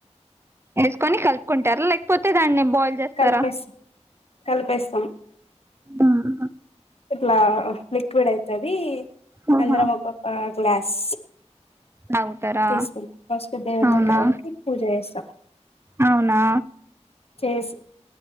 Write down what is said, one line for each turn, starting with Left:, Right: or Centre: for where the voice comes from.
Right: ఎస్ కాని కలుపుకుంటారా లేకపోతే దాన్ని బాయిల్ చేస్తారా
Left: కలిపేస్త కలిపేస్తాం
Right: మ్మ్
Left: ఇట్లా లిక్విడ్ అయితది
Right: ఓహో
Left: అందరం ఒక్కొక్క గ్లాస్
Right: తాగుతారా
Left: తీసుకుం ఫస్ట్ దేవుని
Right: అవునా
Left: దగ్గర పెట్టి పూజ చేస్తాం
Right: అవునా
Left: చేసి